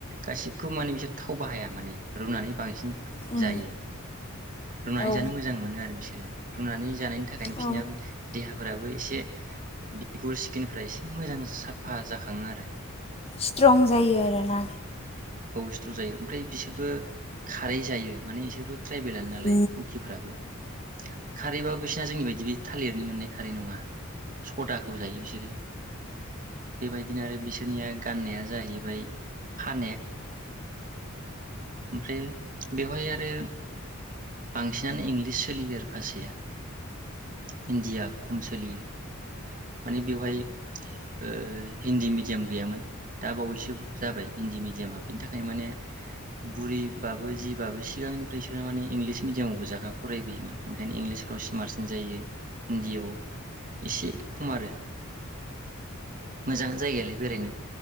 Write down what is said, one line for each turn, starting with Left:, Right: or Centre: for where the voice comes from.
Right: गासिखौबो माने बिसोर थाव बाहाया माने रुनानै बांसिन
Left: औ
Right: जायो रुनानै
Left: औ
Right: जानो मोजां मोनो आरो बिसोरो रुनानै जानाय थाखायनो
Left: औ
Right: बिसिनि देहा फोराबो एसे बिगुर स्किनफ्रा एसे मोजां साफा जाखाङो आरो ।
Left: स्ट्रं जायो आरोना
Right: अ स्थ्रं जायो ओमफ्राय बिसोरबो खारै जायो माने बिसोरबो ट्राइ बेलानो नालाय
Left: औ
Right: कुकिफोराबो खारैबाबो दा जोंनि बायदि बे थालिरनि मोननाय खारै नङा सदाखौ जायो बिसोरो बेबायदिनो आरो बिसोरनिया गाननाया जाहैबाय फानेक ओमफ्राय बेवहाय आरो बांसिनानो इंलिस सोलियो आरो भाषाया हिन्डिया खम सोलियो माने बेवहाय ओ हिन्दी मिडियाम गैयामोन दा बावैसो । जाबाय हिन्दी मिडियामा बिनि थाखायनो माने बुरिबाबो जिबाबो सिगांनिफ्राय स बिदिनो माने इंलिस मिडियामाव गोजाखा फरायबोयोमोन ओंखायनो इंलिसफ्राव स्मार्टसिन जायो हिन्दीयाव एसे खम आरो मोजां जायगायालाय बेरायनो